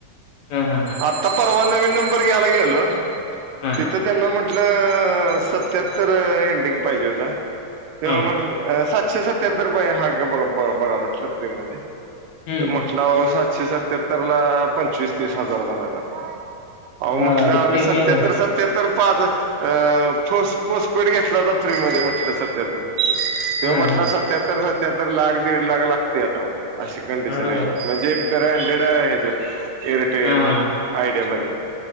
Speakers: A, on the left; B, on the right.
A: हां, हां, हां,
B: आता परवा नवीन नंबर घ्यायला गेलो,,
A: हां,
B: तिथं त्यांना म्हटऽऽ म्ह अऽऽऽ सत्यातर एडिंग पाहिजे होता. ते्हा
A: हां.
B: म्हऽऽ शे सत्याहत्तर रुपये हा बघा म्हटलं फ्री मध्ये
A: हं,
B: तर
A: हं.
B: म्हटला अओऽऽ एकशे सत्याहत्तर ला पंचवीस तीस हजार भरावे लागतात.. अओ म्हटलं
A: हां, ते
B: आम्ही
A: प्रीमियम
B: सत्यात्तर
A: आहे.
B: सत्याहत्तरऽऽ आज अऽऽपाच पोस्पीड घेतला होता फ्री मध्ये म्हटलं सत्यात्तर. त्यो
A: हां,
B: म्हटला
A: हां.
B: सत्याहत्तर सत्याहत्तर लाख, दीड लाख लागतय आता. अशी कंडिशन
A: अरे
B: आहे,,
A: बापरे!
B: म्हणजे ब्र हँडेड ह्याच्यात एरऽऽ ऐअरटेलल,
A: हां, हां, हां.
B: आयडियामध्ये,